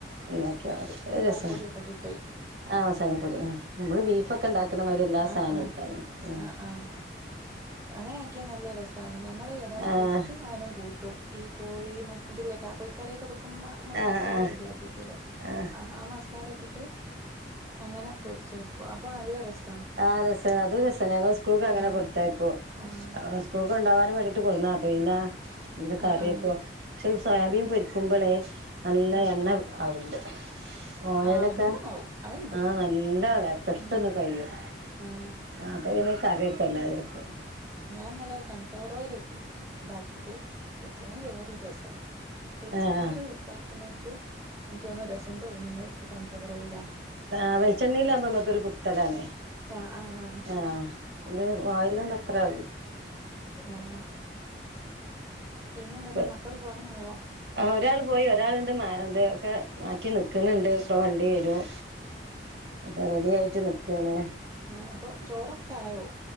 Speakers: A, on the right (about 65°); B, on the right (about 15°).
A: എണ്ടാക്കിയാ മതി അ രസാ
B: പൊടിയൊക്കെ ഇട്ട ഇട്ട്
A: ആഹ് മസാലപ്പൊടി ഉം നമ്മള് ബീഫൊക്കെ ഉണ്ടാക്കുന്നമാതിരി എല്ലാ
B: ആഹ്
A: സാധനവും
B: ആഹ്
A: ഇട്ടാൽ മതി ഉ
B: ആഹ് ആഹ് അങ്ങനെ ആക്കിയാ നല്ല രസമാണ് ഞങ്ങള് അതോണ
A: ആഹ്
B: പൊരിച്ചും ഞാനും കൂട്ടും ഈ കോഴി ഇതിലേക്ക കോഴക്കറിയൊക്കെ നമ്മള്
A: ആഹ്
B: മസാല
A: ആഹ്
B: റെഡി ആക്കിക്കൂല്ലേ
A: ആഹ്
B: ആ ആ മസാല ഇട്ടിട്ട് അങ്ങനെ പൊരിച്ചു വെക്കു അപ്പൊ നല്ല രസ
A: ആ രസന അത് രസന സ്കൂൾക്ക് അങ്ങനെ
B: ആഹ്
A: കൊടുത്തേക്കോ
B: ആഹ്
A: സ്കൂൾക്ക് ഉണ്ട വേണ്ടിട്ട് കൊറന്നാ പിന്നെ എ കറിയക്കോ
B: ആഹ് ആഹ്
A: പക്ഷെ സൊയാബി പൊരിക്കുമ്പോളേ നല്ല
B: ആഹ്
A: എണ്ണ ആകണ്ട് ഓയലൊക്കെ
B: ആഹ് എണ്ണ ആവും അത്ണ്ട്
A: ആഹ നല്ല പെട്ടന്ന്
B: ഉം
A: കഴിയും
B: ആഹ്
A: ആ അപ്പൊ ഇന കറിക്കല്ല അതക്ക
B: നല്ല രസമാണ് ഫ്ലവർ ഓയില് ഇതാക്കിട്ട് വെച്ചാ വേറൊരു രസാ വെളിച്ചെണ്ണേല്
A: ആഹ്
B: ഇതാക്കുന്നേക്കും എനിക്ക് തോന്നുന്നു രസം തോന്നുന്നത് സൺഫ്ലവർ ഓയിലിലാ
A: ആ വെളിച്ചെണ്ണേലാവുമ്പോ നമ്മക്കൊരു കുത്തലാണേ
B: ആഹ് ആഹ്
A: ആ അത് ഓയിലിന്ന് എത്ര
B: ആഹ് പിന്നെ
A: <unintelligible>
B: എന്തെന്നാ മക്കള് പോവാനായോ
A: ഒരാള് പോയി ഒരാള്ണ്ട് ഇതൊക്കെ മാറ്റി നിക്ക്‌ണ്ണ്ട് ഇപ്പൊ വണ്ടി വരും ഇത് റെഡിയായിട്ട് നിക്കാണ്
B: ആ അപ്പൊ ചോറൊക്കായോ